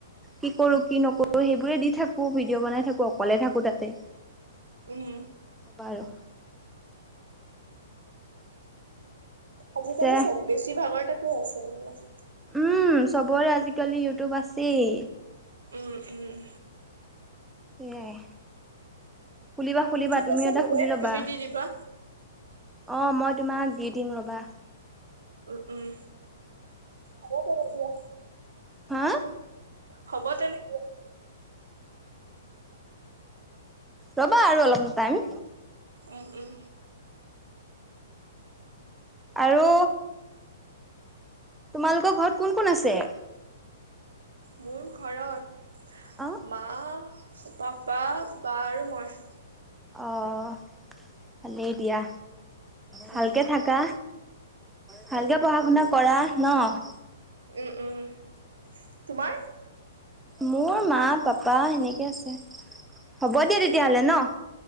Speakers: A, in the centre; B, on the right (about 85°).
A: কি কৰো কি নকৰো সেইবোৰে দি থাকো ভিডিঅ' বনাই থাকো। অকলে থাকোঁ তাতে
B: উম
A: বাৰু।
B: আজিকালি
A: পিছে
B: চব বেছি ভাগৰ তাতে আছে এইবিলাক।
A: উম, চবৰে আজিকালি ইউটিউব আছেই।
B: উম, উম।
A: এয়াই, খুলিবা খুলিবা
B: ঠিক
A: তুমিও
B: আছে
A: এটা
B: তেনে
A: খুলি ল'বা।
B: তুমি দি দিবা
A: অঁ, মই তোমাক দি দিম ৰ'বা।
B: উম, উম। হ'ব তেনে দিয়া।
A: হা'?
B: হ'ব তেনে
A: ৰ'বা আৰু অলপমান টাইম?
B: উম, উম।
A: আৰু তোমালোকৰ ঘৰত কোন কোন আছে?
B: মোৰ ঘৰত
A: অ
B: মা পাপা বা আৰু মই।
A: অঁ, ভালেই দিয়া ভালকে
B: উম
A: থাকা। ভালকে
B: উম
A: পঢ়া শুনা কৰা ন'।
B: উম, উম। তোমাৰ?
A: মোৰ মা পাপা সেনেকে আছে, হ'ব দিয়া
B: উম,
A: তেতিয়াহ'লে ন'।